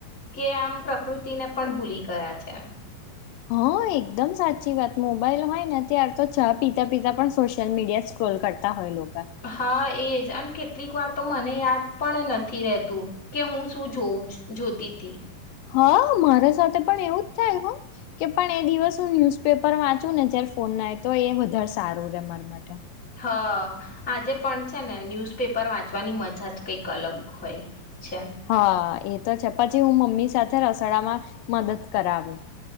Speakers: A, on the left; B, on the left.
A: કે આમ પ્રકૃતિને પણ ભૂલી ગયા છે.
B: હા એકદમ સાચી વાત મોબાઈલ હોય ને ત્યાર તો ચા પીતા પીતા પણ સોશિયલ મીડિયા સ્ક્રોલ કરતા હોય લોકો.
A: હા એજ અને કેટલીક વાર તો મને યાદ પણ નથી રેતું કે હું શું જો જોતી તી.
B: હા મારા સાથે પણ એવું જ થાય હ કે પણ એ દિવસ હું ન્યુઝપેપર વાંચુંને જયારે ફોન ના હોય તો એ વધારે સારું રે મારા માટે
A: અ આજે પણ છે ને ન્યૂઝ પેપર વાંચવાની મજા જ કંઈક અલગ હોય છે
B: હા એ તો છે પછી હું મમ્મી સાથે રસોડામાં મદદ કરાવું